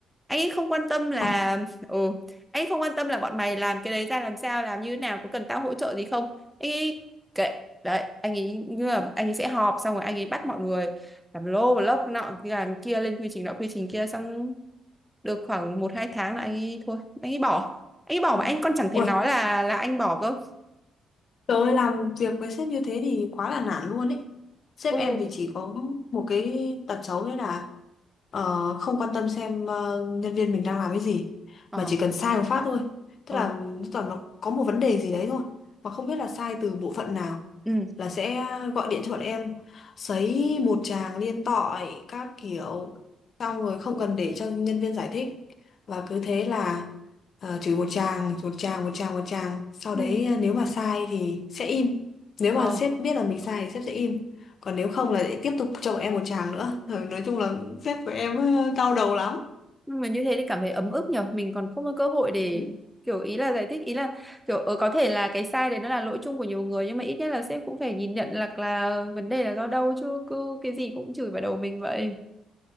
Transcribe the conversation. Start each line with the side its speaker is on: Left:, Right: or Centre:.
Centre: Anh ấy không quan tâm là...
Left: Ôi,
Centre: Ừ, anh ấy không quan tâm là bọn mày làm cái đấy ra làm sao, làm như thế nào, có cần tao hỗ trợ gì không. Anh ấy kệ. Đấy, anh ấy như là anh ấy sẽ họp xong rồi anh ấy bắt mọi người làm lô, lốc, nọ, làm kia, lên quy trình nọ, quy trình kia. Xong được khoảng một hai tháng là anh ấy thôi, anh ấy bỏ anh bỏ
Left: ừ.
Centre: mà anh còn chẳng thèm
Left: Ôi,
Centre: nói là là anh bỏ cơ
Left: trời ơi, làm việc với sếp như thế thì quá là nản luôn ấy. Sếp
Centre: ừ
Left: em thì chỉ có một cái tật xấu đấy là Ờ, không quan tâm xem ờ, nhân viên mình đang làm cái gì
Centre: ờ
Left: mà chỉ cần sai một phát thôi tức
Centre: ờ
Left: là tức là nó có một vấn đề gì đấy thôi mà không biết là sai từ bộ phận nào
Centre: ừ
Left: là sẽ gọi điện cho bọn em sấy một tràng liên tội các kiểu xong rồi không cần để cho nhân viên giải thích và cứ thế là ờ, chửi một tràng một tràng một tràng một tràng sau
Centre: Ừ.
Left: đấy ờ, nếu mà sai thì sẽ im nếu
Centre: ờ
Left: mà sếp biết là mình sai thì sếp sẽ im còn nếu không là lại tiếp tục chồng em một chàng nữa Rồi nói chung là sếp của em ờ, đau đầu lắm
Centre: nhưng mà như thế thì cảm thấy ấm ức nhở mình còn không có cơ hội để
Left: ừ.
Centre: kiểu ý là giải thích ý là kiểu ờ, có thể là cái sai đấy nó là lỗi chung của nhiều người nhưng mà ít nhất là sếp cũng phải nhìn nhận là là vấn đề là do đâu chứ cứ cái gì cũng chửi vào đầu mình vậy